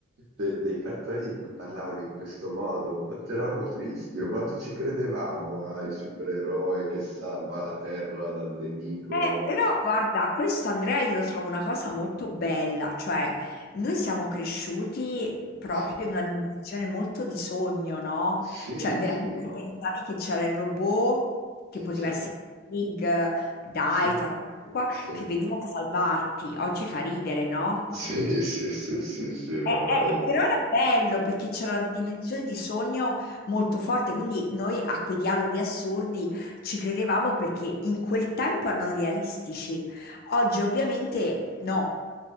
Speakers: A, on the right; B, on the left.
A: de- dei cartoni in cui parlavano in questo modo, ma quanto eravamo tristi, o quanto ci credevamo al supereroe che salva la Terra dal nemico.
B: Eh, però guarda, questo Andrea io lo trovo una cosa molto bella, cioè noi siamo cresciuti proprio
A: Sì,
B: in una dimensione molto di sogno, no?
A: sì,
B: Cioè veramente
A: sì,
B: pensavi che c'era il robot,
A: e
B: che poteva
A: già,
B: essere Big, Dai,
A: sì,
B: tal qua,
A: sì.
B: che veniva a salvarti. Oggi fa ridere, no?
A: Sì, sì, sì, sì, sì, ha
B: Eh,
A: voglia.
B: eh, eh, però era bello perché c'era una dimensione di sogno molto forte, quindi noi a quei dialoghi assurdi ci credevamo perché in quel tempo erano realistici. Oggi ovviamente no,